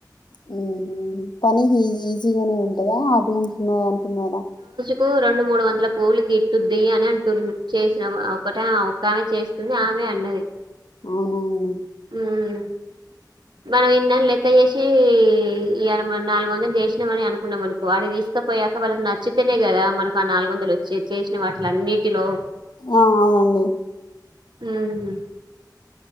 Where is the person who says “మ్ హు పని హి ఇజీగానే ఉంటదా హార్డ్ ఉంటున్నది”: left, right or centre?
Left